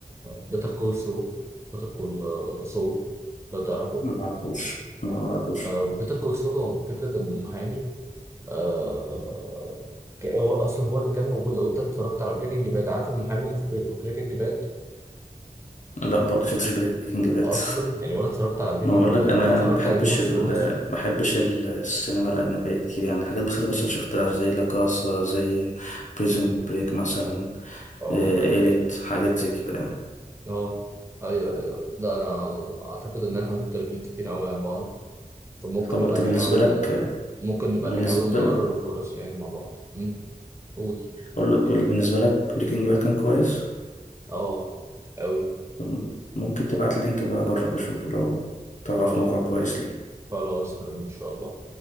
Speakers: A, on the right; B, on the left.
A: بيتر كول سو بيتر كول سول لو تعرفه
B: ما اعرفوش لا ما اعرفوش
A: بيتر كول سول هو فكرة إن محامي آه، ك- هو أصلا هو اللي كان موجود لو أنت اتفرجت على بريكنج باد عارف المحامي اللي في بريكنج باد
B: لا برضه شفتش بريكنج باد
A: أصلا يعني ولا اتفرجت على بريكنج
B: ما بقول
A: باد
B: لك انا
A: ولا اتفرجت
B: ما بحبش
A: على جيم اوف
B: ال
A: ثرونز
B: ما بحبش ال- السينما الاجنبيه كتير يعني حاجات بسيطه بس شفتها زي لا كاسا زي بريزون بريك مثلا
A: اه
B: إيه، إيليت حاجات زي كده يعني
A: اه ايوه ايوه لا انا اعتقد ان احنا مختلفين كتير قوي عن بعض فممكن
B: طب
A: نبقى
B: انت
A: نحاول
B: بالنسبة لك
A: ممكن نبقى
B: بالنسبة
A: نحاول نقرب
B: لك
A: الفرص يعني مع بعض امم قول
B: اقول لك بالنسبة لك بريكنج باد كان كويس
A: اه أوي
B: طب ممكن تبعت اللينك بقى اجرب اشوفه لو تعرف
A: خلاص
B: موقع كويس ليه
A: خلاص تمام إن شاء الله